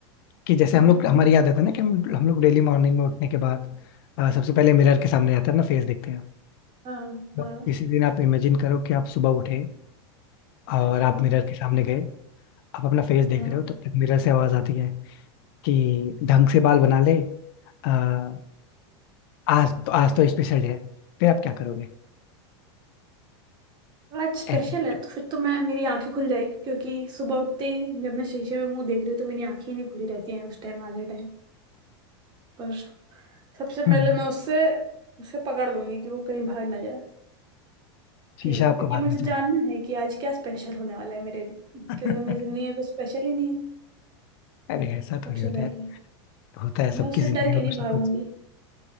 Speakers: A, on the left (about 55°); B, on the right (about 30°).
A: कि जैसे
B: हाँ
A: हम लोग हमारी आदत है ना कि हम हम लोग डेली मॉर्निंग में उठने के बाद आ, सबसे पहले मिरर के सामने जाते हैं ना फेस देखते हैं
B: हाँ
A: तो
B: हाँ
A: किसी दिन आप इमेजिन करो कि आप सुबह उठे और आप
B: हाँ
A: मिरर के सामने गए आप अपना फेस देख
B: हाँ
A: रहे हो तब तक मिरर से आवाज आती है कि ढंग से बाल बना ले आ, आज तो आज तो स्पेशल है फिर आप क्या करोगे
B: आज स्पेशल
A: ऐसे-
B: है तो फिर तो मैं मेरी आंखें खुल जाएगी क्योंकि सुबह उठते ही जब मैं शीशे में मुंह देख रही हूँ तो मेरी आंखें ही नहीं खुली रहती हैं उस टाइम आधे टाइम पर सबसे पहले
A: हम्म,
B: मैं उससे उसे पकड़ लूंगी कि वो कहीं भाग ना जाए
A: शीशा
B: कि
A: आपको
B: क्योंकि
A: भागना
B: मुझे
A: चाहिए
B: जानना है कि आज क्या स्पेशल होने वाला है मेरे
A: <laughs>
B: क्योंकि मेरी जिंदगी में कुछ स्पेशल ही नहीं है
A: अरे ऐसा
B: सबसे
A: थोड़ी होता
B: पहले
A: है होता है
B: मैं
A: सबकी
B: उससे
A: जिंदगी
B: डर
A: में
B: के नहीं
A: कुछ ना
B: भागूंगी
A: कुछ
B: <laughs>